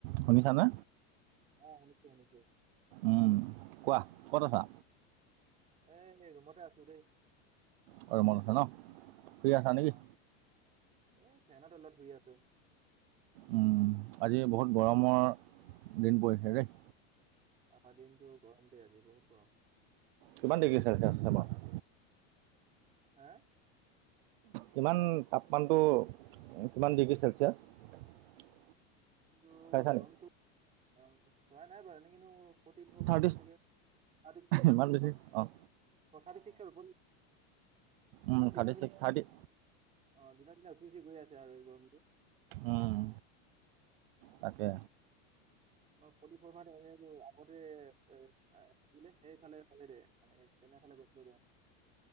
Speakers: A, on the right; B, on the right.
A: শুনিছানে?
B: অ' শুনিছোঁ শুনিছোঁ।
A: উম, কোৱা। ক'ত আছা?
B: এ, ৰুমতে আছোঁ দেই।
A: অ' ৰুমত আছা ন'। ফ্ৰী আছা
B: আহ
A: নেকি?
B: এই ফেনৰ তলত শুই আছোঁ।
A: উম, আজি বহুত গৰমৰ দিন পৰিছে দেই।
B: আজিৰ দিনটো গৰম দে আজি বহুত গৰম।
A: কিমান দেৰিকে চাইছ ফেনত
B: হে?
A: কিমান তাপমানটো কিমান ডিগ্ৰী চেলচিয়াছ?
B: বুলো
A: চাইছা
B: গৰমটো
A: নেকি
B: আ, চোৱা নাই বাৰু, এনে কিন্তু ফৰ্টি ফ'ৰ
A: থাৰ্টি
B: মান হৈ ছাগে। থাৰ্টি ছিক্স
A: ইমান বেছি
B: ওপ
A: অঁ
B: থাৰ্টি ছিক্সৰ ওপৰত ইমান
A: উম,
B: দিনৰ
A: থাৰ্টি
B: দিন
A: ছিক্স থাৰ্টি
B: অ' দিনক দিনা উঠি উঠি গৈ আছে আৰু এই গৰমটো।
A: উম, তাকে।
B: মই প্ৰতি প্ৰভাত আগতে এ বুলে সেইফালে হলিডে মানে যেনেহ'লে গৈছিলোঁ দে।